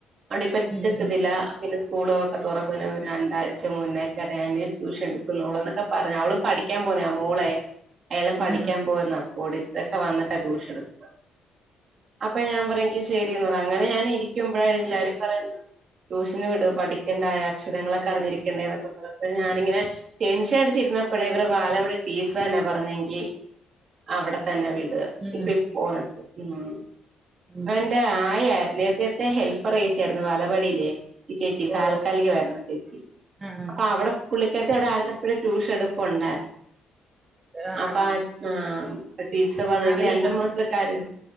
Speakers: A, on the right; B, on the right.
A: അവിടെ പറ്റത്തില്ല
B: ഉം, ഉം,
A: പിന്നെ സ്കൂളുകളൊക്കെ തുറക്കുന്ന ഒരു രണ്ടാഴ്ച മുന്നേ ക്കെ ഞാന് ട്യൂഷൻ എടുക്കുന്നുള്ളൂ എന്നൊക്കെ പറഞ്ഞു അവളും പഠിക്കാൻ പോന്നയാ മോളെ അയാളും പഠിക്കാൻ
B: ഉം,
A: പോവുന്നയാ പോയിട്ടൊക്കെ വന്നിട്ടാ ട്യൂഷൻ എട്ക്ക അപ്പൊ ഞാൻ പറയ എൻങ്കി ശരിന്ന് പറയ അങ്ങനെ ഞാൻ ഇരിക്കുമ്പോഴാ എല്ലാരും പറയു ട്യൂഷന് വിടൂ പഠിക്കേണ്ടാ യോ അക്ഷരങ്ങളൊക്കെ അറിഞ്ഞിരിക്കേണ്ടേ എന്നൊക്കെ പറഞ്ഞപ്പോ ഞാനിങ്ങനെ ടെൻഷൻ അടിച്ചിരുന്നപ്പഴേ ഇവരെ ബാലവാടി ടീച്ചറന്നെ പറഞ്ഞെ എൻകി അവടെത്തന്നെ വിട്
B: ഉം,
A: ഇപ്പീ പോന്നത് ഉം
B: ഉം.
A: എന്തെ ആയയാര്ന്ന് നേരത്തെത്തെ ഹെൽപ്പറെ ചേർന്നു വാല വാടിലേ ഈ ചേച്ചി താൽക്കാലികമായിരുന്നു
B: ഓ
A: ചേച്ചി
B: ആ
A: അപ്പം അവ്ടെ പുള്ളിക്കാരത്തി അവ്ടെ ആയിരുന്നപ്പൊഴേ ട്യൂഷൻ എടുപ്പുണ്ടായിര്ന്നു
B: ആഹ്
A: അപ്പൊ ആഹ് ടീച്ചറ് പറഞ്ഞു
B: അറിയാം
A: എൻക് രണ്ട് മാസത്തത്തെക്കാര്യ